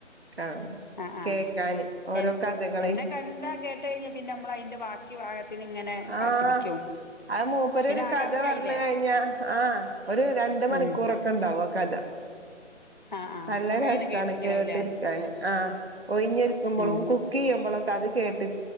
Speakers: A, on the right; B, on the left.
A: കാണാം
B: ആഹ്
A: കേക്കാന്
B: ആഹ്
A: ഓരോ
B: എ
A: കഥകള്
B: എന്താ കേട്ടഴിഞ്ഞ പിന്നെ നമ്മളൈന്റെ ബാക്കി ഭാകത്തിന് ങ്ങനെ
A: ആഹ്
B: കാത്തിരിക്കും
A: അത് മൂപ്പരൊര്
B: പിന്നെ ആകാംക്ഷായില്ലേ
A: കഥ പർഞ്ഞ് കൈഞ്ഞാ ആഹ് ഒര് രണ്ട് മണിക്കൂറ്
B: ഉം
A: ക്കെണ്ടാവോ ആ ക്കഥ
B: ആഹ് ആഹ്
A: നല്ല രസാണ്
B: അങ്ങനെ കേട്ടിരിക്കലാവുല്ലേ
A: കേട്ട് ഇര്ക്കാൻ ആഹ് ഒയ്ഞ്ഞിരിക്കുമ്പളും
B: ഉം
A: കുക്കീയ്മ്പളൊക്കെ അത് കേട്ട്